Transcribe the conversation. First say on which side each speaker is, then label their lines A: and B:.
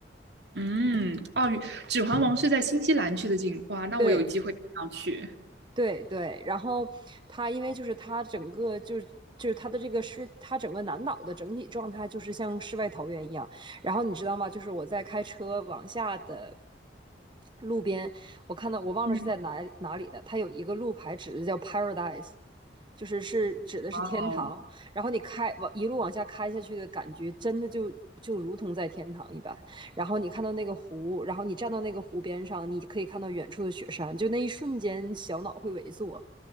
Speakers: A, on the right; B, on the right.
A: 嗯，哦，指环王是在新西兰去的景，哇，那我有机会一定要去。
B: 对，对对，然后他因为就是他整个就是就是他的这个是他整个南岛的整体状态就是像世外桃源一样。然后你知道吗？就是我在开车往下的路边，我看到我忘了是在哪哪里的，
A: 嗯
B: 它有一个路牌指的叫 Paradise，就是是指的是天堂，
A: 哇哦，
B: 然后你开往一路往下开下去的感觉，真的就就如同在天堂一般。然后你看到那个湖，然后你站到那个湖边上，你可以看到远处的雪山，就那一瞬间小脑会萎缩，